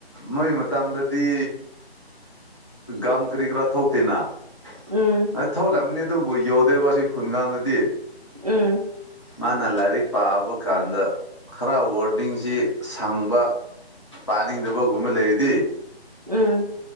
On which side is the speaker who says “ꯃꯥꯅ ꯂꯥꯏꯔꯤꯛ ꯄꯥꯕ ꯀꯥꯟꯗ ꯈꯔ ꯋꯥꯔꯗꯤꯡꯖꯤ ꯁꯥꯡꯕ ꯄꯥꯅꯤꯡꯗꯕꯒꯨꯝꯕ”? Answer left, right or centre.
Left